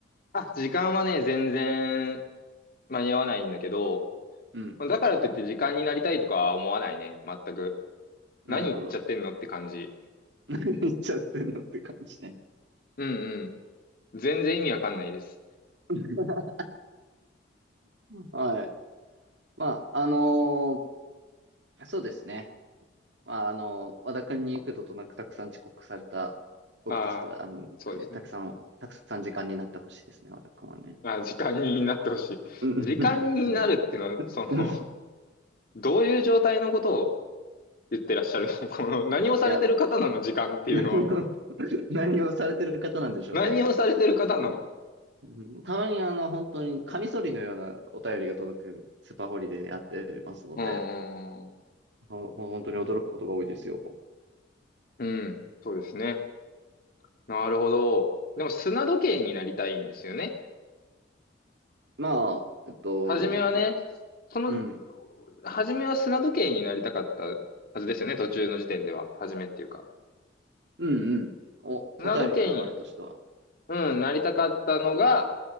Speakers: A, on the left; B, on the right.
A: あ、時間はね、全然間に合わないんだけど、
B: うん。
A: だからといって時間になりたいとかは思わないね。全く。
B: なるほど。
A: 何言っちゃってんのって感じ。
B: <laughs> 何言っちゃってんのって感じね。
A: うんうん。全然意味わかんないです。
B: <laughs> はい。まあ、あのーそうですね。まあ、あの、和田君に幾度となくたくさん遅刻された僕としては、
A: ああ、
B: あの、
A: そうですね。
B: たくさん、
A: うん
B: たくさん時間になってほしいですね、和田君はね。
A: まあ時間になってほしい。
B: うんうんたくさん。
A: 時間になるっていうのは、
B: <laughs>
A: その、
B: うん
A: <laughs> どういう状態のことを言ってらっしゃるの <laughs> この、何をされてる方なの時間っていうのは。
B: いや、何を、<laughs> 何をされてる方なんでしょうね。
A: 何をされてる方なの
B: うんうんたまにあの、本当にカミソリのようなお便りが届くスーパーホリデーでやってますので、
A: うんうん
B: ほ本当に驚くことが多いですよ。
A: うん。うん、そうですね。なるほど。でも、砂時計になりたいんですよね。
B: まあ、えっと、
A: 初めはね、その、
B: うん、
A: 初めは砂時計になりたかったはずですよね。途中の時点では。
B: うん、
A: 初めっていうか。
B: うん、うん。お、
A: 砂時計に、
B: お便りの流れとしては。
A: うん、なりたかったのが、